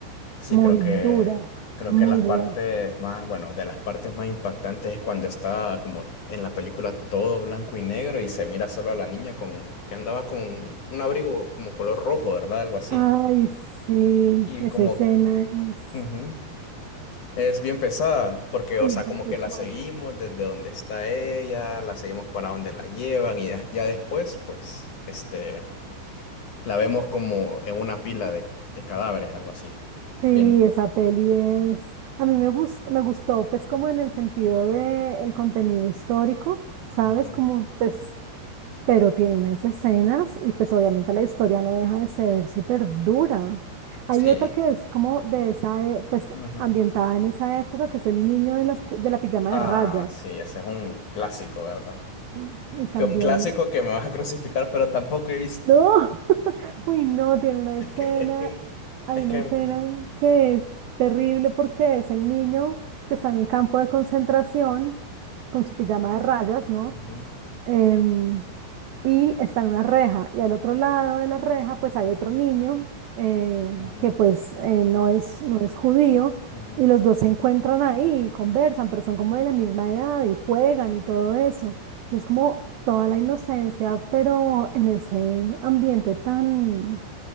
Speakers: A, on the left; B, on the right.
A: sí,
B: muy
A: creo que
B: dura,
A: creo
B: muy
A: que las
B: dura.
A: partes más, bueno, de las partes más impactantes es cuando está como en la película todo blanco y negro y se mira solo a la niña con que andaba con un abrigo como color rojo, ¿verdad? Algo así.
B: Ay, sí,
A: Y
B: esa
A: como
B: escena es,
A: ujú, Es bien pesada, porque, o
B: es
A: sea,
B: bien
A: como
B: pesada.
A: que la seguimos desde donde está ella, la seguimos para donde la llevan y ya, ya después, pues, este, la vemos como en una pila de, de cadáveres, algo así.
B: Sí,
A: Bien,
B: esa peli es, a mí me gustó, me gustó, pues como en el sentido de el contenido histórico, ¿sabes?
A: Ujú,
B: Como pues pero tiene unas escenas y pues obviamente la historia no deja de ser súper dura. Hay
A: sí.
B: otra que es como de esa, e- pues
A: ujú.
B: ambientada en esa época, que es el niño de, las, pi- de la pijama
A: Ah,
B: de rayas.
A: sí, ese es un clásico, ¿verdad?
B: Sí, Y también,
A: Que un clásico que me vas a crucificar, pero tampoco he visto.
B: no,
A: <laughs>
B: <laughs> uy, no, tiene una
A: Es
B: escena,
A: que, es que,
B: hay
A: es
B: una
A: que...
B: escena
A: mm,
B: que es terrible porque es el niño que está en el campo de concentración con su pijama de rayas, ¿no?
A: Ujú,
B: Em, y está en una reja. Y al otro lado de la reja, pues hay
A: ujú,
B: otro niño eh,
A: ujú,
B: que pues eh, no es, no es judío.
A: ujú.
B: Y los dos se encuentran ahí y conversan, pero son como de la misma edad y juegan y todo eso. Entonces, como toda la inocencia, pero en ese ambiente tan,